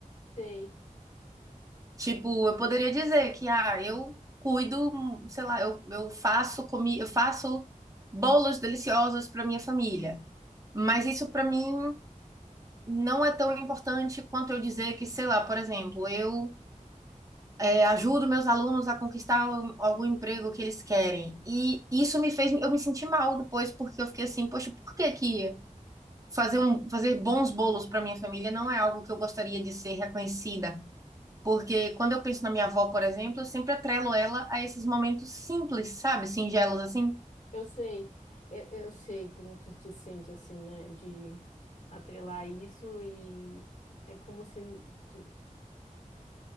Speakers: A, on the left; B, on the right.
A: sei,
B: Tipo, eu poderia dizer que, ah, eu cuido, sei lá, eu, eu faço comi, eu faço bolos deliciosos para minha família. Mas isso para mim não é tão importante quanto eu dizer que, sei lá, por exemplo, eu é, ajudo meus alunos a conquistar o- algum emprego que eles querem. E isso me fez, eu me senti mal depois, porque eu fiquei assim, poxa, por que que fazer um, fazer bons bolos para minha família não é algo que eu gostaria de ser reconhecida? Porque quando eu penso na minha avó, por exemplo, eu sempre atrelo ela a esses momentos simples, sabe? Singelos, assim,
A: eu sei, eu, eu sei como tu te sente, assim, né, de atrelar isso e é como se tu